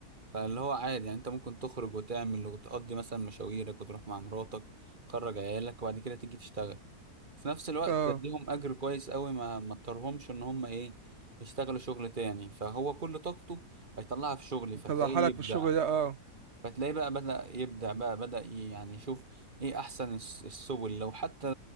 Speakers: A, on the right (about 30°); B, on the right (about 50°).
A: فاللي هو عادي يعني انت ممكن تخرج وتعمل وتقضي مثلا مشاويرك وتروح مع مراتك تخرج عيالك وبعد كده تيجي تشتغل في نفس الوقت
B: اه
A: تديهم اجر كويس قوي ما ما اضطرهمش ان هم ايه يشتغلوا شغل تاني فهو كل طاقته هيطلعها في شغل فتلاقيه
B: طلعها لك
A: يبدع
B: في الشغل ده اه
A: فتلاقيه بقى بدأ يبدع بقى بدأ ي- يعني يشوف ايه احسن الس- السبل لو حتى